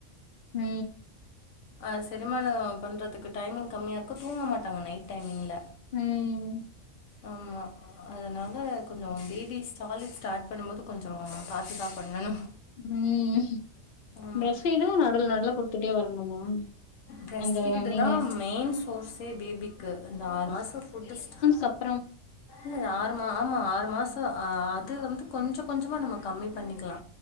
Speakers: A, on the left; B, on the left.
A: ம்
B: அ சரிமான பண்ணுறதுக்கு டைமிங் கம்மியா இருக்கு தூங்க மாட்டாங்க நைட் டைமிங்கில
A: ம்
B: ஆம்மா அதனால கொஞ்ச பேபி ஸ்டாலிட் ஸ்டார்ட் பண்ணும்போது கொஞ்ச பாத்துதா பண்ணணு
A: ம்
B: ஆமா
A: பிரஸ்ட் பீடும் நடுவ்ல நடுவ்ல குடுத்துட்டே வரணுமா
B: பிரஸ்ட்
A: அந்த
B: பீட்தா
A: நீங்க
B: மெயின் சோர்ஸே பேபிக்கு இந்த ஆறு மாச புட்டு ச
A: கப்பறம்
B: இல்ல ஆறு மா ஆமா ஆறு மாச ஆ அது வந்து கொஞ்ச கொஞ்சமா நம்ம கம்மி பண்ணிக்கலா